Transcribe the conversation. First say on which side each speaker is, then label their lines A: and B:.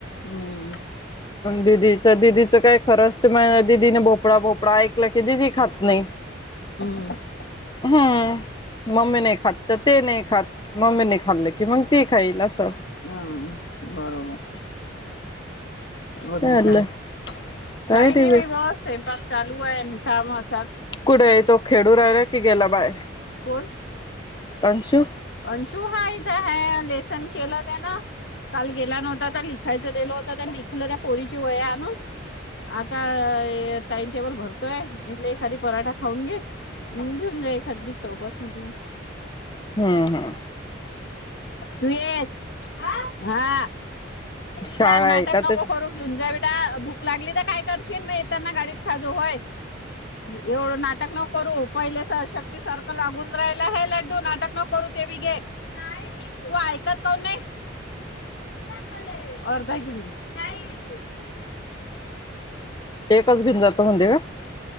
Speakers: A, on the left; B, on the left.
A: हम्म
B: दिदीच दिदीचं काय खरं असतं म दिदीने ब फपडा फोपडा ऐकला खी द ती खात नाही.
A: ह.
B: हम्म! मम्मी नाही खात तर ते नाही खात मम्मीने खाल्लं की मग ती खाईल असं.
A: हम्म बरोबर! वजून
B: चालं
A: काते
B: काय
A: काही नाही
B: बाई.
A: बा बसपाक चालू आहे कामात.
B: कुठे तो खेडू राहिला की गेला बाहेर.
A: कोण?
B: अंशु
A: अंशू हा इथ ह लेसन केलं नाय ना. काल गेला नव्हता तर लिखायचं गेलं होतं तर लिखलं त्या पोरीची वया आणून. आता टाइमटेबल भरतोय म्हले एखादी पराठा खाऊन घे. घेऊन जाई एखादी सोबत म्हटलं,
B: हम्म हम्म.
A: तू येस हा
B: शाळा
A: चल नाटक
B: आहे का
A: नको
B: ते
A: करू घेऊन जावे. ता भूक लागली तर काय करशील मग येताना गाडीत खाजो होय. एवढं नाटक न करू पहिले सशक्ती सारखं लागून राहिला ह लड्डू नाटक न करू. ते बी घे नाही तू ऐकत काऊन नाही पण अर्धाघुन घे
B: एकच घेऊन जातो म्हणतेे का?